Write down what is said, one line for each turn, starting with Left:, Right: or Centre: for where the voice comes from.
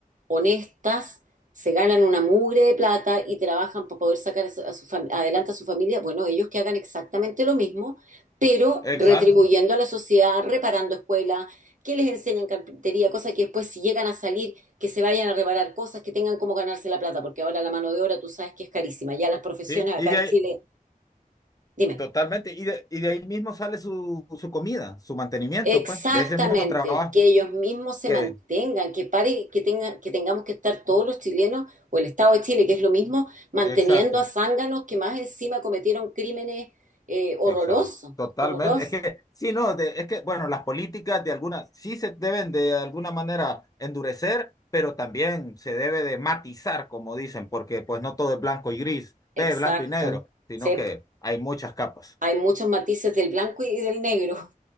Right: honestas, se ganan una mugre de plata y trabajan para poder sacar a su- a su fam- adelante a su familia. Bueno, ellos que hagan exactamente lo mismo, pero
Left: Exacto.
Right: retribuyendo a la sociedad, reparando escuelas, que les enseñen carpintería, cosas que después si llegan a salir, que se vayan a reparar cosas, que tengan cómo ganarse la plata, porque ahora la mano de obra tú sabes que es carísima. Ya las profesiones
Left: Sí.
Right: acá
Left: Y de
Right: en
Left: ahí,
Right: Chile, dime.
Left: totalmente. Y de, y de ahí mismo sale su, su comida, su mantenimiento,
Right: Exactamente,
Left: pues, de ese mismo trabajo
Right: que ellos mismos se
Left: que,
Right: mantengan, que pare, que tenga, que tengamos que estar todos los chilenos o el Estado de Chile, que es lo mismo, manteniendo
Left: exacto.
Right: a zánganos que más encima cometieron crímenes eh, horrorosos,
Left: Exacto. Totalmente.
Right: horrorosos.
Left: Es que, sí, no, de- es que, bueno, las políticas de algunas, sí se deben de alguna manera endurecer, pero también se debe de matizar, como dicen, porque pues no todo es blanco y gris,
Right: Exacto.
Left: ve, blanco y negro, sino
Right: Sí,
Left: que hay muchas capas.
Right: hay muchos matices del blanco y del negro.